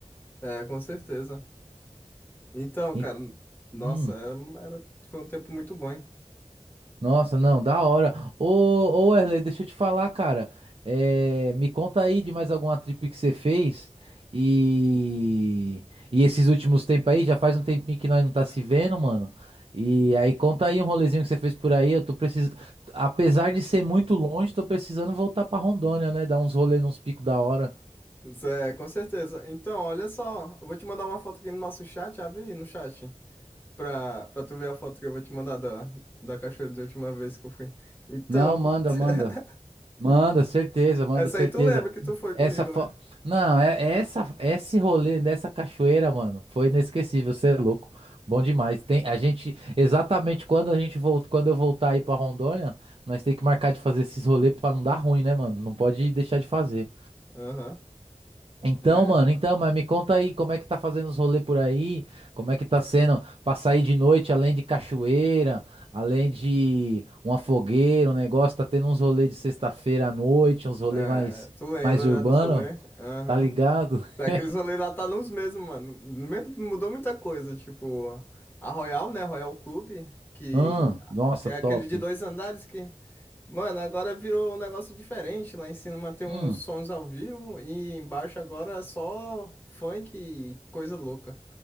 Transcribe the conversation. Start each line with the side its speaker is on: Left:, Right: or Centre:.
Left: É, com certeza. Então,
Right: E-
Left: cara, nossa,
Right: hum.
Left: era, era- foi um tempo muito bom, hein?
Right: Nossa, não, da hora. Ô, ô Wesley, deixa eu te falar, cara. É, me conta aí de mais alguma trip que você fez. E, e esses últimos tempos aí, já faz um tempinho que nós não tá se vendo, mano. E aí conta aí um rolezinho que você fez por aí. Eu tô precisando. Apesar de ser muito longe, tô precisando voltar pra Rondônia, né? Dar uns rolê nos picos da hora.
Left: Zé, com certeza. Então, olha só, eu vou te mandar uma foto aqui no nosso chat, abre aí no chat. Pra, pra tu ver a foto que eu vou te mandar da, da cachoeira da última vez que eu fui. Então,
Right: Não, manda, manda.
Left: <laughs>
Right: Manda, certeza, manda,
Left: essa
Right: certeza.
Left: aí tu lembra que tu foi
Right: Essa
Left: comigo,
Right: fo...
Left: né?
Right: Não, é, é essa é esse rolê dessa cachoeira, mano, foi inesquecível, você é louco. Bom demais. Tem a gente exatamente quando a gente volta, quando eu voltar aí pra Rondônia, nós tem que marcar de fazer esses rolês pra não dar ruim, né, mano? Não pode deixar de fazer.
Left: Aham.
Right: Então,
Left: É.
Right: mano, então, mas me conta aí, como é que tá fazendo os rolês por aí? Como é que tá sendo pra sair de noite, além de cachoeira, além de uma fogueira, um negócio, tá tendo uns rolês de sexta-feira à noite, uns rolês
Left: É.
Right: mais
Left: Tu lembra,
Right: mais urbano?
Left: né, dos rolês? Aham.
Right: Tá ligado?
Left: É, Aqueles
Right: <laughs>
Left: rolês lá tá nos mesmos, mano. Me- Mudou muita coisa. Tipo, a Royal, né? Royal Club, que,
Right: Hum, nossa,
Left: que é aquele
Right: top.
Left: de dois andares que. Mano, agora virou um negócio diferente. Lá em cima tem
Right: Hum,
Left: uns sons ao vivo e embaixo agora é só funk e coisa louca.